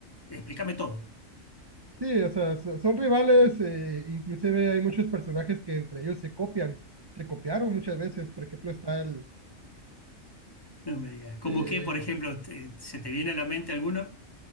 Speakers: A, on the left; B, on the right.
A: explícame todo.
B: sí, o sea, so- son rivales, eh, inclusive hay muchos personajes que entre ellos se copian, se copiaron muchas veces. Por ejemplo, está el,
A: No me digas. ¿Cómo
B: eh,
A: que, por ejemplo,
B: pues,
A: te- se te viene a la mente alguno?